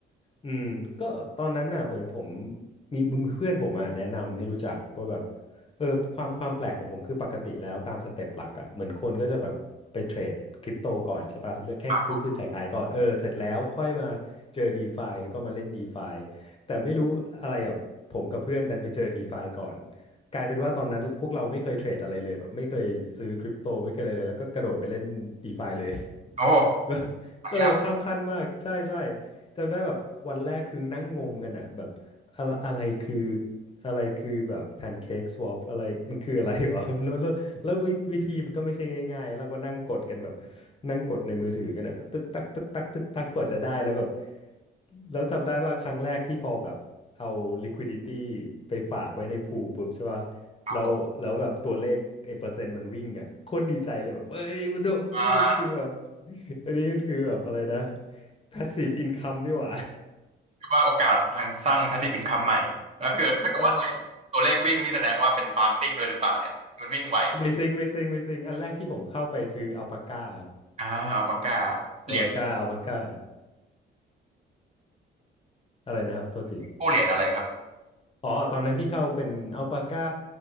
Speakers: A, on the left (about 30°); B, on the right (about 35°).
A: อืมก็ตอนนั้นน่ะเหมือนผมมีมีเพื่อนผมอ่ะแนะนำให้รู้จักว่าแบบเออความความแปลกของผมคือปกติแล้วตามสเต็ปหลักอ่ะเหมือนคนก็จะแบบไปเทรดคริปโตก่อนใช่ป่ะเลือกแค่ซื้อซื้อขายขายก่อนเออเสร็จแล้วค่อยมาเจอ
B: ครับ
A: DeFi แล้วก็มาเล่น DeFi แต่ไม่รู้อะไรแบบผมกับเพื่อนดันไปเจอ DeFi ก่อนกลายเป็นว่าตอนนั้นพวกเราไม่เคยเทรดอะไรเลยแบบไม่เคยซื้อคริปโตไม่เคยอะไรเลยแล้วก็กระโดดไปเล่น DeFi เลย
B: โอ้
A: <laughs> แบบเออข้ามขั้นมากใช่ใช่
B: หายาก
A: จำได้แบบวันแรกคือนั่งงมกันอะแบบอะไรอะไรคืออะไรคือแบบแพนเค้กสวอปอะไรมันคืออะไรหรอ <laughs> แล้วแล้วแล้ววิวิธีมันก็ไม่ใช่ง่ายๆเราก็นั่งกดกันแบบนั่งกดในมือถือกันอะตึกตักตึกตักตึกตักกว่าจะได้แล้วแบบแล้วจำได้ว่าครั้งแรกที่พอแบบเอา liquidity ไปฝากไว้ในพูลปุ๊บใช่ป่ะ
B: ครับผม
A: แล้วแล้วแบบตัวเลขไอ้เปอร์เซ็นต์มันวิ่งอะโคตรดีใจเลยแบบเอ้ยมันโดนนี่มันคือแบบ
B: อ่า
A: <laughs> อันนี้มันคือแบบอะไรนะ passive income นี่หว่า
B: คือว่าโอกาสทางสร้าง passive income ใหม่แล้วคือถ้าเกิดว่า
A: <laughs> เออ
B: ตัวเลขวิ่งนี่แสดงว่าเป็นฟาร์มซิ่งด้วยหรือเปล่าเนี่ยมันวิ่งไว
A: ไม่ซิงไม่ซิงไม่ซิงอันแรกที่ผมเข้าไปคืออัลปาก้าครับ
B: อ่าอัลปาก้าเหรียญ
A: อัลปาก้าอัลปาก้าอะไรนะครับโทษที
B: กู้เหรียญอะไรครับ
A: อ๋อตอนนั้นที่เข้าเป็นอัลปาก้า